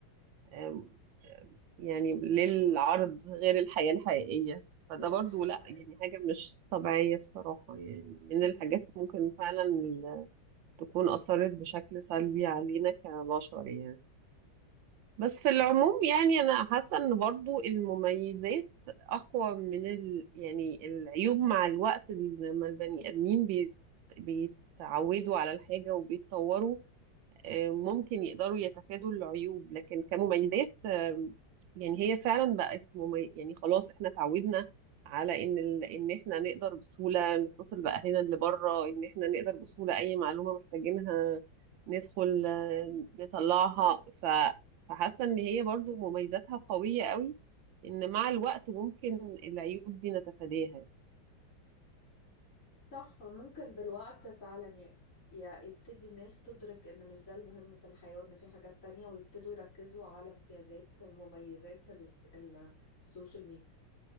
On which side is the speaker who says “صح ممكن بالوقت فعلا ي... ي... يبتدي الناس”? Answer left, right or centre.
Left